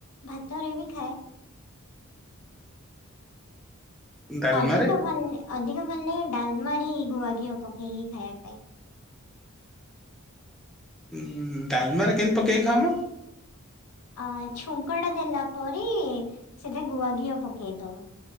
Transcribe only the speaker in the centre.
ଡାଲମାରେ
ଉଁ ଉଁ ଡାଲମାରେ କେମିତି ପକେଇକି ଖାଅ ମ?